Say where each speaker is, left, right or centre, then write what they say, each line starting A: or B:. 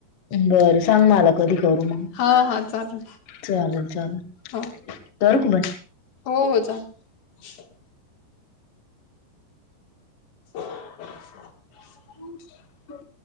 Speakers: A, on the left (about 45°); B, on the left (about 65°).
A: बरं सांग मला कधी करू मग
B: हा हा चालेल
A: चालेल चालेल.
B: हो
A: करू का बंद.
B: हो हो चाले. <unintelligible>
A: <unintelligible>